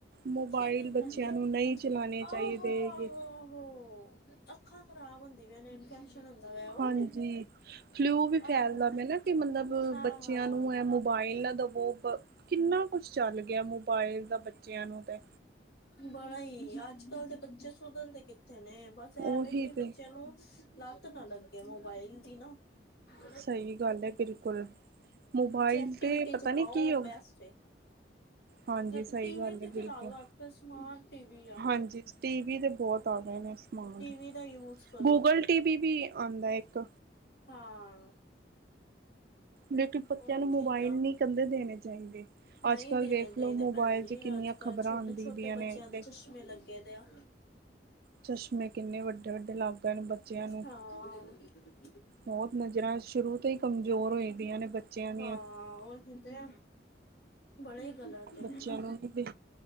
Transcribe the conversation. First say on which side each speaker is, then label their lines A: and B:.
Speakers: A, on the right; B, on the left.
A: ਮੋਬਾਈਲ
B: ਕਿਹੜੀ
A: ਬੱਚਿਆਂ
B: ਭੈਣ ਜੀ?
A: ਨੂੰ ਨਈ ਚਲਾਣੇ
B: ਆਹੋ,
A: ਚਾਹੀਦੇ
B: ਆਹੋ,
A: ਹੈਗੇ।
B: ਆਹੋ, ਅੱਖਾਂ ਖ਼ਰਾਬ ਹੁੰਦੀਆ ਪਈਆ ਨੇ ਇਨਫੈਕਸ਼ਨ ਹੁੰਦਾ ਪਿਆ ਉਹ
A: ਹਾਂਜੀ,
B: ਆਲੀ?
A: ਫਲੂ ਵੀ ਫੈਲਦਾ
B: ਆਹੋ,
A: ਪਿਆ ਨਾ ਕਿ ਮਤਲਬ
B: ਹਾਂ
A: ਬੱਚਿਆਂ
B: ਹਾਂ
A: ਨੂੰ ਐ ਮੋਬਾਇਲ ਨਾ ਦਵੋ ਕਿੰਨਾ ਕੁਛ ਚੱਲ ਗਿਆ ਮੋਬਾਇਲ ਦਾ ਬੱਚਿਆਂ ਨੂੰ ਤੇ
B: ਬੜਾ ਈ ਅੱਜ ਕੱਲ ਦੇ ਬੱਚੇ ਸੁਧਰਦੇ ਕਿੱਥੇ ਨੇ ਬਸ ਸ਼ਾਇਦ
A: ਉਹੀ
B: ਕੇ
A: ਤੇ
B: ਬੱਚਿਆਂ ਨੂੰ ਲੱਤ ਨਾ ਲੱਗੇ ਮੋਬਾਇਲ ਦੀ ਨਾ। <unintelligible>
A: ਸਹੀ ਗੱਲ ਹੈ ਬਿਲਕੁਲ ਮੋਬਾਇਲ
B: ਐਕਟੀਵਿਟੀ
A: ਤੇ ਪਤਾ
B: ਚ
A: ਨੀ
B: ਪਾਓ
A: ਕੀ ਹੋ
B: ਬੈਸਟ ਐ।
A: ਹਾਂਜੀ
B: ਯ
A: ਸਹੀ
B: ਤੇ ਟੀਵੀ
A: ਗੱਲ
B: ਚ
A: ਹੈ ਬਿਲਕੁਲ
B: ਚਲਾ ਦੋ ਅੱਜ ਕੱਲ ਸਮਾਰਟ ਟੀਵੀ ਆ।
A: ਹਾਂਜੀ ਟੀਵੀ ਤਾਂ ਬਹੁਤ ਆ ਗਏ ਨੇ ਸਮਾਨ
B: ਟੀਵੀ ਦਾ ਯੂਜ ਕਰੋ
A: ਗੂਗਲ ਟੀ ਵੀ ਵੀ ਆਦਾ ਇੱਕ
B: ਹਾਂ,
A: ਲੇਕਿਨ ਬੱਚਿਆਂ
B: ਉਹ
A: ਨੂੰ
B: ਚੀਜ਼ਾਂ
A: ਮੋਬਾਇਲ ਨੀ ਕਹਿੰਦੇ ਦੇਣੇ ਚਾਹੀਦੇ,
B: ਨਹੀਂ
A: ਅੱਜ ਕੱਲ
B: ਦੇਣੇ
A: ਵੇਖ
B: ਚਾਹੀਦੇ
A: ਲੋ ਮੋਬਾਇਲ
B: ਭੈਣ ਜੀ
A: ਚ ਕਿੰਨੀਆਂ
B: ਅੱਜ ਕੱਲ੍ਹ
A: ਖ਼ਬਰਾਂ
B: ਛੋਟੇ-ਛੋਟੇ
A: ਆਉਂਦੀ ਦੀਆਂ ਨੇ
B: ਬੱਚਿਆਂ ਦੇ ਚਸ਼ਮੇ ਲੱਗੇ ਦੇ ਆ।
A: ਚਸ਼ਮੇ ਕਿੰਨੇ ਵੱਡੇ-ਵੱਡੇ ਲਗ ਪਏ ਨੇ ਬੱਚਿਆਂ ਨੂੰ
B: ਹਾਂ,
A: ਬੋਤ ਨਜ਼ਰਾਂ ਸ਼ੁਰੂ ਤੋਂ ਈ ਕਮਜ਼ੋਰ ਹੋਈਆ ਪਈਆਂ ਨੇ ਬੱਚਿਆਂ ਦੀਆਂ
B: ਹਾਂ ਉਹ ਹੁੰਦੇ ਆ, ਨਈ ਗਲਤ ਹੈ
A: ਬੱਚਿਆਂ
B: ਹਨਾ
A: ਨੂੰ ਨੀ ਦੇ